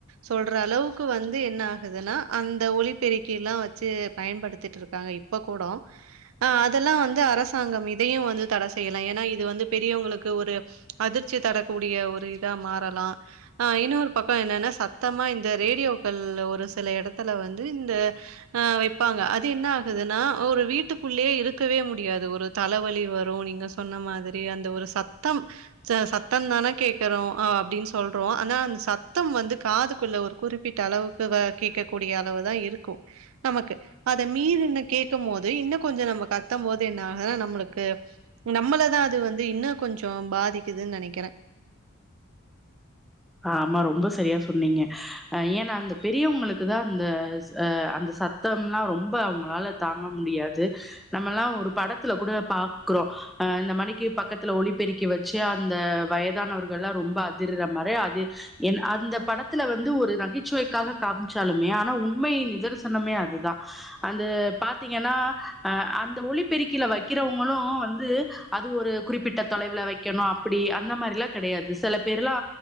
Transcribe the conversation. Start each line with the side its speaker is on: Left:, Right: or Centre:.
Right: சொல்ற அளவுக்கு வந்து என்ன குதுனா அந்த ஒலிப்பெருக்கிலா வெச்சி பயன்படுத்திட்டுருக்காங்க இப்ப கூடோ அ அதெல்லா வந்து அரசாங்கம் இதையு வந்து தட செய்யலா ஏன்னா இது வந்து பெரியவங்குளுக்கு ஒரு அதிர்ச்சி தரக்கூடிய ஒரு இதா மாறலா அ இன்னொரு பக்கோ என்னன்னா சத்தமா இந்த ரேடியோக்கள் ஒரு சில எடத்துல வந்து இந்த அ வைப்பாங்க அது என்ன ஆகுதுன்னா ஒரு வீட்டுக்குள்ளியே இருக்கவே முடியாது ஒரு தலவலி வரு நீங்க சொன்ன மாதிரி அந்த ஒரு சத்தம் ச சத்தோ தானே கேக்கறோ அப்டின் சொல்றோ ஆனா அந்த சத்தம் வந்து காதுக்குள்ள ஒரு குறிப்பிட்ட அளவுக்கு வ கேக்கக்கூடிய அளவுதா இருக்கு நமக்கு அத மீறின்ன கேக்கும் போது இன்னு கொஞ்சோ நம்மோ கத்தமோது என்ன ஆகுன்னா நம்மளுக்கு நம்மளதா அது வந்து இன்னு கொஞ்சோ பாதிக்குதுன் நெனைக்கிறே
Centre: ஆமா ரொம்ப சரியா சொன்னீங்க அ ஏன்னா அந்த பெரியவங்களுக்கு தா அந்த அ அந்த சத்தம் லா ரொம்ப அவுங்களால தாங்க முடியாது நம்மல்லா ஒரு படத்துல கூட பாக்குறோ அ இந்த மானிக்கி பக்கத்துல ஒலிப்பெருக்கி வச்சு அந்த வயதானவர்கள் லா ரொம்ப அதிர்ற மாரி அ து அந்த படத்துல வந்து ஒரு நகைச்சுவைக்காக காம்ச்சாலுமே ஆனா உண்மை நிதர்சனமே அதுதா அந்த பாத்தீங்கன்னா அ அந்த ஒலிப்பெருக்கில வைக்கிறவங்களு வந்து அது ஒரு குறிப்பிட்ட தொலைவுல வைக்கணு அப்படி அந்த மாரிலா கெடையாது சில பேரு லா